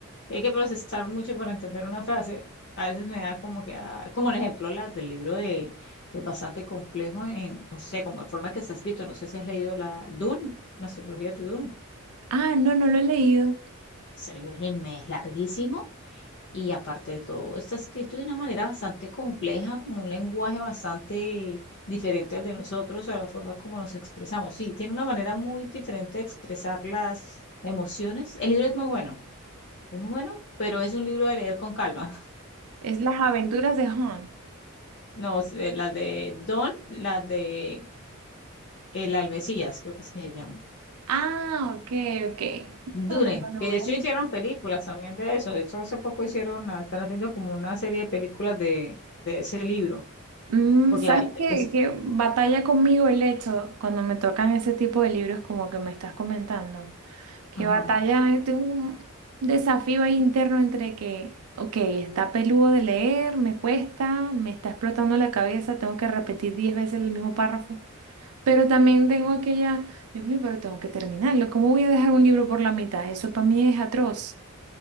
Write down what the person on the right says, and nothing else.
Ah, no, no lo he leído.
Es Las aventuras de Hans.
Ah, ok, ok.
No, no me lo
veo.
Mm,
¿sabes
qué,
qué batalla conmigo el hecho cuando me tocan ese tipo de libros como que me estás comentando? Que
batalla, eh, tengo un desafío ahí interno entre que, ok, está peludo de leer, me cuesta, me está explotando la cabeza, tengo que repetir 10 veces el mismo párrafo, pero también tengo aquella, Dios mío, pero tengo que terminarlo, ¿cómo voy a dejar un libro por la mitad? Eso para mí es atroz.